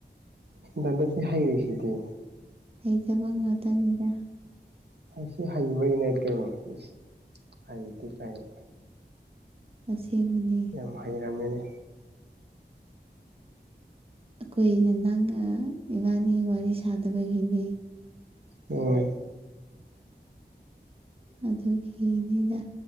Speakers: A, on the right (about 65°); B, on the right (about 30°).
A: ꯑꯦ <unintelligible> ꯍꯩꯔꯤꯁꯤꯗꯤ
B: ꯍꯩꯇꯕ ꯉꯥꯛꯇꯅꯤꯗ꯫
A: ꯑꯩ ꯁꯤ ꯍꯩꯕꯒꯤꯅꯦ ꯀꯩꯅꯣ ꯏꯁ ꯍꯩꯇꯦ ꯀꯥꯏꯅ꯫
B: ꯑꯁꯦꯡꯕꯅꯦ꯫
A: ꯎꯝ ꯍꯩꯔꯝꯃꯦꯅꯦ꯫
B: ꯑꯩꯈꯣꯏꯅ ꯅꯪꯒ ꯏꯕꯥꯅꯤ ꯋꯥꯔꯤ ꯁꯥꯗꯕꯒꯤꯅꯤ꯫
A: ꯍꯣꯏ꯫
B: ꯑꯗꯨꯒꯤꯅꯤꯗ